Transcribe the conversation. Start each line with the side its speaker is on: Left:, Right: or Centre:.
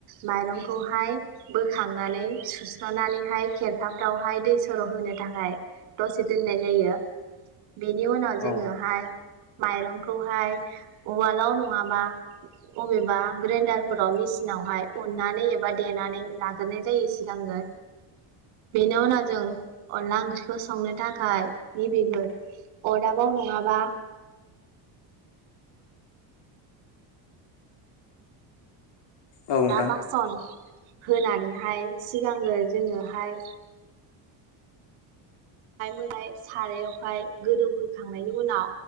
Right: माइरंखौहाय बोखांनानै सुस्रनानैहाय खेरखाफ्रावहाय दै सर'होनो थाखाय दसे दोननाय जायो। बेनि उनाव
Left: औ
Right: जोङोहाय माइरंखौहाय उवालाव नङाबा अबेबा ग्रेन्डारफोराव मिसिनावहाय उननानै एबा देनानै लाग्रोनाय जायो सिगांगो बेनि उनाव जों अनला ओंख्रिखौ संनो थाखा खाय गिबिगोर अरदाबाव नङाबा
Left: औ नोंथां
Right: दा बासन होनानैहाय सिगांगोर जोङोहाय <unintelligible> सारायावहाय गोदौहोखांनायनि उनाव